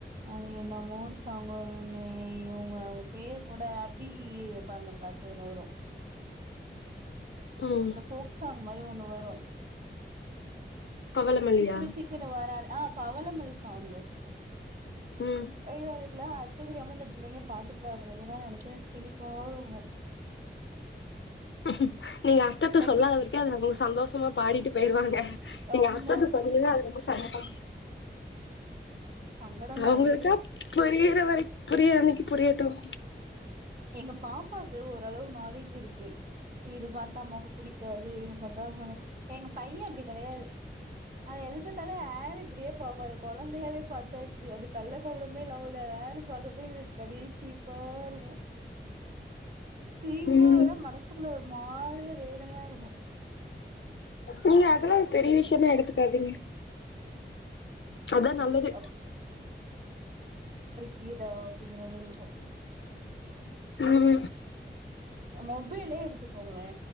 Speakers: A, on the right (about 45°); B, on the left (about 80°).
A: அ என்ன மோ ஒரு சாங் வருமே இவங்க அவங்க பேர் கூட பாட்டுன பாட்டு ஒண்ணு வரும்
B: ம்
A: இந்த போக் சாங் அது ஒன்னு வரும்
B: பவளமல்லியா
A: சிக்கனு சிக்குனு வராலே ஆ பவளமல்லி சாங்கு
B: ம்
A: ஐயோ அதுக்கலாம் அர்த்தம் தெரியாம இந்த பிள்ளைங்க பாட்டு பாடுறது அதெல்லாம் நெனச்ச சிரிப்பா வரும்
B: ஹ நீங்க அர்த்தத
A: கட்டி
B: சொல்லாத வரைக்கும் அது சந்தோஷமா பாடிட்டு போயிருவாங்க இங்க
A: ஆமா
B: அர்த்தத சொல்லி சாயங்காலம் போலாம்
A: சங்கடமா
B: அவங்களுக்க
A: ஐயயோ
B: புரியிற மாதிரி புரிய வைக்க புரியட்டும்
A: எங்க பாப்பாக்கு ஓரளவு நாலேஜ் இருக்கு இது பாத்தா அம்மாவுக்கு பிடிக்காது இது பாத்தா எங்க பையன் அப்டி கிடையாது அதாது எது பாத்தாலும் ஆ னு இப்டியே பாக்கும் அது குழந்தையாவே பாத்தாச்சு அது கல்ல கபடமே இல்லாம அ னு பாக்கப்ப அப்டியே சி ரிப்பா இருக்கும் சிரிப்பா
B: ம்
A: வரும் மனசுக்குள்ள மாதிரிய வேதனையா இருக்கும்
B: நீங்க அதெல்லா பெரிய விஷயமா எடுத்துக்காதீங்க அதான் நல்லது
A: அப் கீதா அப்டிங்கிற மாரி இருக்கும்
B: ம்
A: மொபைலே எடுத்துக்கோங்களே